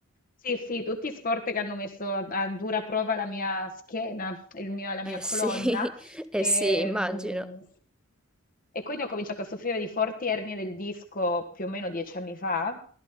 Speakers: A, on the left; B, in the centre.
A: Sì, sì, tutti sport che hanno messo a, a dura prova la mia schiena, il mio- la mia
B: Eh
A: colonna.
B: sì, <laughs> eh
A: E,
B: sì, immagino.
A: mm, e quindi ho cominciato a soffrire di forti ernie del disco più o meno dieci anni fa,